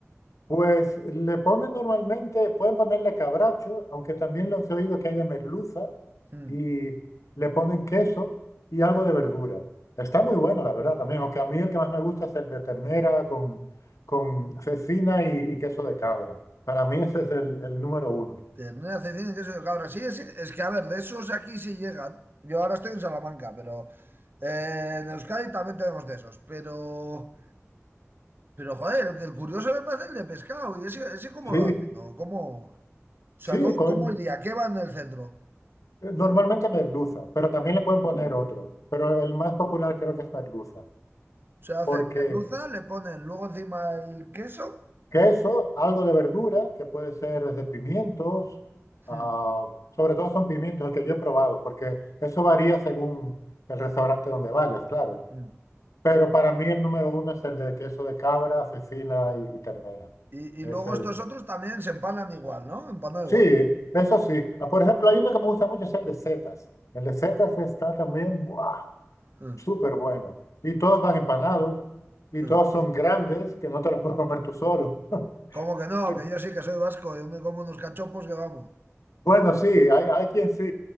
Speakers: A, on the left (about 85°); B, on the right (about 45°).
A: Pues le ponen normalmente, pueden ponerle cabracho, aunque también los he oído que hay de merluza,
B: Mm.
A: y le ponen queso y algo de verdura. Está muy bueno, la verdad, también. Aunque a mí el que más me gusta es el de ternera con, con cecina y, y queso de cabra. Para mí ese es el, el número uno.
B: Ternera, cecina, queso de cabra. Sí, es, es que, a ver, de esos aquí sí llegan. Yo ahora estoy en Salamanca, pero eh, en Euskadi también tenemos de esos. Pero, pero joder, el, el curioso me parece el de pescado. ¿Y ese, ese cómo
A: Sí,
B: lo hacen? ¿No? ¿Cómo, o sea,
A: sí,
B: ¿cómo,
A: con-
B: cómo iría? ¿Qué va en el centro?
A: Normalmente merluza, pero también le pueden poner otro. Pero el más popular creo que es merluza.
B: Se hacen
A: Porque
B: merluza, le ponen luego encima el queso.
A: queso, algo de verdura, que puede ser desde pimientos, ah,
B: Mm,
A: sobre todo son pimientos, el que yo he probado, porque eso varía según el restaurante donde vayas, claro.
B: mm.
A: Pero para mí el número uno es el de queso de cabra, cecina y, y ternera.
B: Y,
A: Es
B: y luego
A: el...
B: estos otros también se empanan igual, ¿no? Empanan
A: Sí,
B: igual.
A: eso sí. Ah, Por ejemplo, hay uno que me gusta mucho, es el de setas. El de setas está también... ¡buah!
B: Mm,
A: súper bueno. Y todos van empanados y
B: mm.
A: todos son grandes que no te los puedes comer tú solo.
B: ¿Cómo que no?
A: <laughs>
B: Que yo sí que soy vasco. Yo me como unos cachopos que vamos.
A: Bueno, sí, hay, hay quien sí.